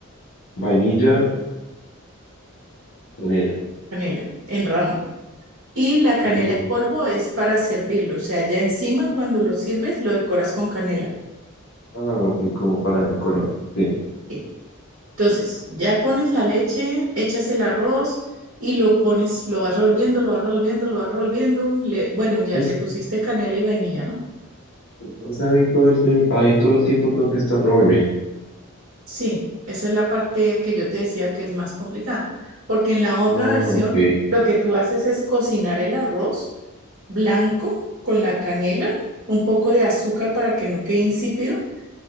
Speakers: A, on the left; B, on the right.
A: vainilla, canela.
B: canela en rama. Y la canela
A: En, polvo.
B: en polvo es para servirlo, o sea, ya encima cuando lo sirves lo decoras con canela.
A: ah, ok, como para decorar. Sí.
B: Sí. Entonces, ya pones la leche, echas el arroz y lo pones, lo vas revolviendo, lo vas revolviendo, lo vas revolviendo. Le- bueno, ya
A: Es-
B: le pusiste canela y vainilla, ¿no?
A: o sea, ahí todo el, tem- ahí todo el tiempo tengo que estar revolviendo.
B: Sí, esa es la parte que yo te decía que es más complicada, porque en la otra
A: Ah,
B: versión
A: ok.
B: lo que tú haces es cocinar el arroz blanco con la canela, un poco de azúcar para que no quede insípido,